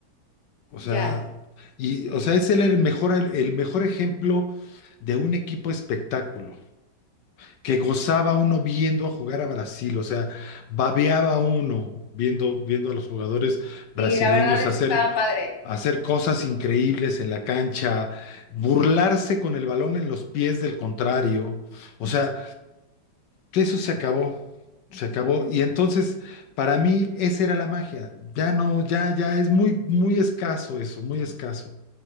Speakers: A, on the left; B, on the left.
A: O sea,
B: ya.
A: y, o sea, es el, el mejor, el, el mejor ejemplo de un equipo espectáculo, que gozaba uno viendo a jugar a Brasil, o sea, babeaba uno viendo, viendo a los jugadores brasileños
B: Sí, la verdad es
A: hacer
B: que estaba padre.
A: hacer cosas increíbles en la cancha, burlarse con el balón en los pies del contrario. O sea, que eso se acabó, se acabó. Y entonces, para mí, esa era la magia. Ya no, ya, ya es muy, muy escaso eso, muy escaso,